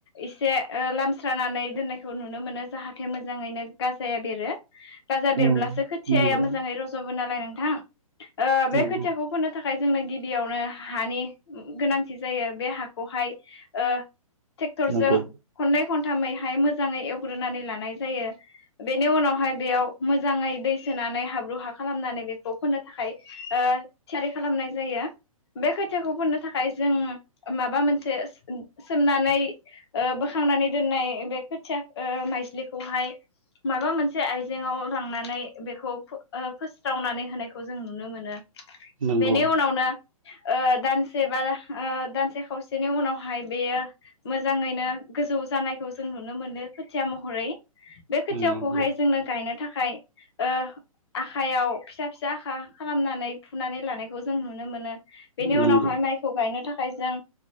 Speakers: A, on the left (about 45°); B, on the right (about 65°).
A: एसे ओ लामस्रानानै दोननायखौ नुनो मोनो। जाहाथे मोजाङैनो गाजाया बेरो गाजा बेरब्लासो
B: उम
A: खोथियाया
B: नंगौ
A: मोजाङै रज' गोन नालाय नोंथां अ बे
B: नंगौ
A: खोथियाखौ फोननो था खाय जोंनो गिबियावनो हानि गोनांथि जायो बे हाखौहाय ओ ट्रेक्टर
B: नंगौ
A: जों खननै खन थामैहाय मोजाङै एवग्रोनानै लानाय जायो बेनि उनावहाय बेयाव मोजाङै दै सोनानै हाब्रु हा खालामनानै बेखौ फोनो थाखाय ओ थियारि खालामनाय जायो। बे खोथिखौ फुनो थाखाय जों माबा मोनसे सोमनानै ओ बोखांनानै दोननाय बे खोथिया ओ माइजलिखौहाय माबा मोनसे आइजेंआव लांनानै बेखौ फो फोस्रावनानै होनायखौ जों नुनो मोनो।
B: नंगौ
A: बेनि उनावनो अ दानसे बा अ दानसे खावसेनि उनावहाय बेयो मोजाङैनो गोजौ जानायखौ जों नुनो मोनो खोथिया महरै बे खोथियाखौहाय
B: नंगौ
A: जोंनो गायनो थाखाय खाय अ आखायाव फिसा फिसा आखा खालामनानै फुनानै लानायखौ जों नुनो मोनो। बेनि
B: नंगौ
A: उनावहाय माइखौ गायनो थाख खाय जों